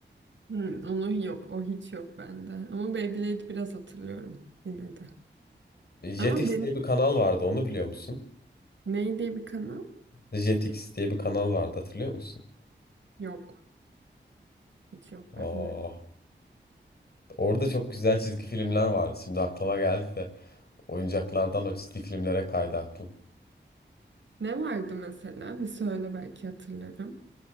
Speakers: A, on the right; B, on the left.
A: Hı. Onu yok. O hiç yok bende. Ama Beyblade'i biraz hatırlıyorum yine de.
B: Jetix
A: Ama benim
B: diye bir kanal vardı onu biliyor musun?
A: ney diye bir kanal
B: Jetix diye bir kanal vardı hatırlıyor musun?
A: yok. Hiç yok
B: Aa,
A: bende.
B: orada çok güzel çizgi filmler vardı. Şimdi aklıma geldi de oyuncaklardan o çizgi filmlere kaydı aklım.
A: Ne vardı mesela? Bir söyle belki hatırlarım.